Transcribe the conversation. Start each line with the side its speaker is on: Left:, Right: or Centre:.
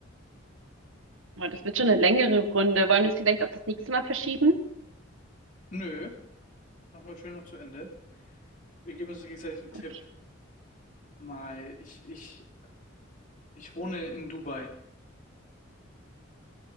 Right: Boah, das wird schon eine längere Runde. Wollen wir es vielleicht auf das nächste Mal verschieben?
Left: Nö, machen wir schön noch zu Ende. Wir geben uns gegenseitig einen Tipp.
Right: Okay.
Left: Mal, ich, ich, ich wohne in Dubai.